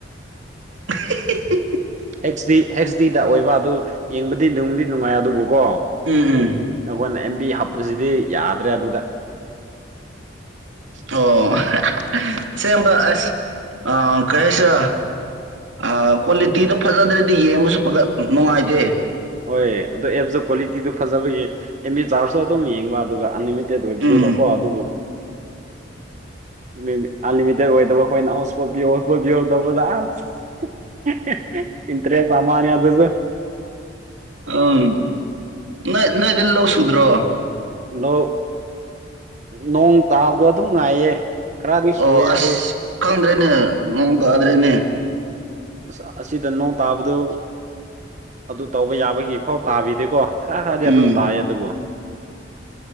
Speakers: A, on the right; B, on the right.
A: <unintelligible>
B: ꯍꯦꯛꯁꯗꯤ ꯍꯩꯆꯁ ꯗꯤꯗ ꯑꯣꯏꯕ ꯑꯗꯨ ꯌꯦꯡꯕꯗꯤ ꯅꯨꯡꯗꯤ ꯅꯨꯡꯉꯥꯏ ꯑꯗꯨꯕꯨ ꯀꯣ
A: ꯎꯝ ꯎꯝ
B: ꯑꯈꯣꯏꯅ ꯑꯦꯝ ꯕꯤ ꯍꯥꯞꯄꯁꯤꯗꯤ ꯌꯥꯗ꯭ꯔꯦ ꯑꯗꯨꯗ
A: ꯑꯣ ꯑꫭ <unintelligible> ꯑꯁꯦꯡꯕ ꯑꯁ ꯑ ꯀꯩ ꯍꯥꯏꯁꯤꯔ ꯑ ꯀ꯭ꯋꯥꯂꯤꯇꯤꯗꯣ ꯐꯖꯗ꯭ꯔꯗꯤ ꯌꯦꯡꯕꯁꯨ <unintelligible> ꯅꯨꯡꯉꯥꯏꯇꯦ
B: ꯍꯣꯏ ꯑꯗꯣ ꯑꯦꯞꯁꯇꯨ ꯀ꯭ꯋꯥꯂꯤꯇꯤꯗꯨ ꯐꯖꯕꯒꯤ ꯑꯦꯝꯕꯤ ꯆꯥꯎꯔꯁꯨ ꯑꯗꯨꯝ ꯌꯦꯡꯕ ꯑꯗꯨꯒ ꯑꯟꯂꯤꯃꯤꯇꯦꯠ ꯑꯣꯏꯕꯗꯨꯗ
A: ꯎꯝ
B: ꯀꯣ ꯑꯗꯨꯕꯨ
A: <inaudible>
B: ꯃꯦꯃꯤ ꯑꯟꯂꯤꯃꯤꯇꯦꯠ ꯑꯣꯏꯗꯕ ꯈꯣꯏꯅ ꯍꯣꯁꯄꯣꯠ ꯄꯤꯌꯣ ꯍꯣꯁꯄꯣꯠ ꯄꯤꯌꯣ ꯇꯧꯕꯗ ꯑꯥꯁ <unintelligible> ꯏꯟꯇꯔꯦꯁ ꯑꯃꯅꯤ ꯑꯗꯨꯁꯨ
A: ꯑꯝ ꯅꯣꯏ ꯅꯣꯏꯗ ꯂꯧ ꯁꯨꯗ꯭ꯔꯣ
B: ꯂꯣꯛ ꯅꯣꯡ ꯇꯥꯕꯗꯣ ꯑꯗꯨꯝ ꯉꯥꯏꯌꯦ ꯈꯔꯗꯤ ꯁꯨꯑꯦ
A: ꯑꯣ ꯑꯁ
B: ꯑꯗꯨ
A: ꯈꯪꯗ꯭ꯔꯦꯅꯦ ꯅꯣꯡ ꯇꯥꯗ꯭ꯔꯦꯅꯦ
B: ꯑꯁ ꯑꯁꯤꯗ ꯅꯣꯡ ꯇꯥꯕꯗꯨ ꯑꯗꯨ ꯇꯧꯕ ꯌꯥꯕꯒꯤ ꯐꯥꯎ ꯇꯥꯕꯤꯗꯦꯀꯣ ꯈꯔ ꯍꯥꯏꯗꯤ ꯑꯗꯨꯝ
A: ꯎꯝ
B: ꯇꯥꯏꯑꯦ ꯑꯗꯨꯕꯨ